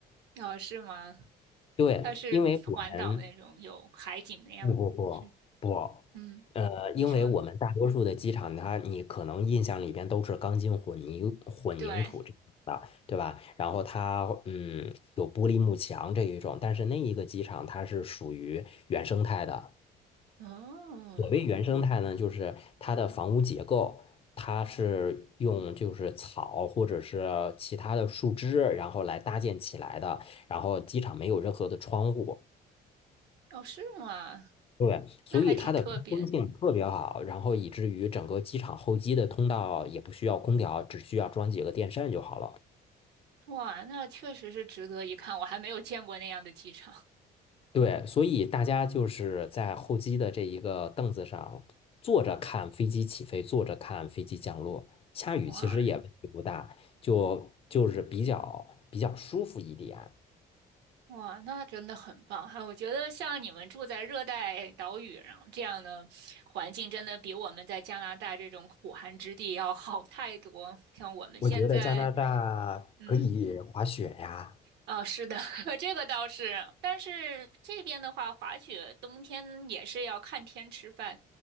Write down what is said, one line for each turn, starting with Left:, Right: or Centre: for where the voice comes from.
Right: 哦是吗？
Left: 对，
Right: 它是环岛那种有海景那样是
Left: 因为我们 <laughs> 不不不不，
Right: 嗯，
Left: 呃，
Right: 你说
Left: 因为我们大多数的机场它，你可能印象里边都是钢筋混凝混凝土这种的，
Right: 对
Left: 对吧？然后它，嗯，有玻璃幕墙这一种，但是那一个机场它是属于原生态的。
Right: 哦。
Left: 所谓原生态呢，就是它的房屋结构，它是用就是草或者是其他的树枝，然后来搭建起来的。然后机场没有任何的窗户，
Right: 哦，是吗？
Left: 对，所以它的通风性特别好，
Right: 那还挺特别的。
Left: 然后以至于整个机场候机的通道也不需要空调，只需要装几个电扇就好了。
Right: 哇，那确实是值得一看，我还没有见过那样的机场。<laughs>
Left: 对，所以大家就是在候机的这一个凳子上坐着看飞机起飞，坐着看飞机降落。下雨其实也问题不大，
Right: 哇
Left: 就就是比较比较舒服一点。
Right: 哇，那真的很棒！哎，我觉得像你们住在热带岛屿，然后这样的环境，真的比我们在加拿大这种苦寒之地要好太多。像我们现在，
Left: 我觉得加拿大可以滑雪呀，
Right: 嗯，啊、是的，<laughs> 这个倒是，但是这边的话，滑雪冬天也是要看天吃饭，